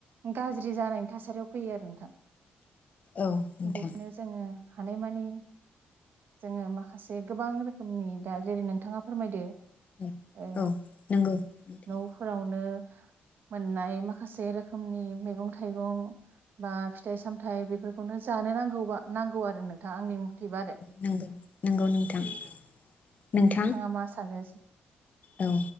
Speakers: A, on the right; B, on the left.
A: गाज्रि जानायनि थासारियाव फैयो आरो नोंथां
B: औ नोंथां
A: बेखौनो जोङो हानायमानि जोङो माखासे गोबां रोखोम रोखमनि दा जेरै नोंथाङा फोरमायदो
B: औ
A: ओ
B: औ नंगौ नोंथां
A: नफोरावनो मोननाय माखासे रोखोमनि मैगं थाइगं बा फिथाइ सामथायाइ बेफोरखौनो जानो नांगौबा नांगौ आरो नोंथाङा आंनि मथेबा आरो
B: नंगौ-नंगौ-नोंथां-नोंथां
A: मा मा सानोसै
B: औ